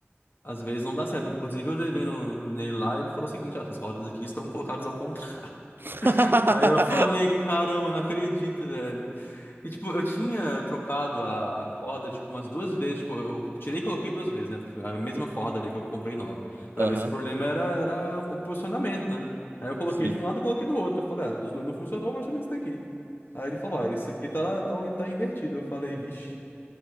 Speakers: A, on the left; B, on the right.
A: às vezes não dá certo. Inclusive, eu levei no, nele lá e ele falou o seguinte: ah, essas cordas aqui estão colocadas ao contrário.
B: <laughs>
A: Aí eu falei, caramba, não acredito, velho. E, tipo, eu tinha trocado a, a corda, tipo, umas duas vezes. Tipo, eu tirei e coloquei duas vezes, né? A mesma corda ali que eu comprei nova. Pra
B: Aham,
A: ver se o problema era, era o posicionamento, né? Aí eu coloquei
B: sim.
A: de um lado e coloquei do outro. Eu falei, ah, dos dois não funcionou, vou deixar nesse daqui. Aí ele falou, ah, isso aqui tá, tá, tá invertido. Eu falei, vixe.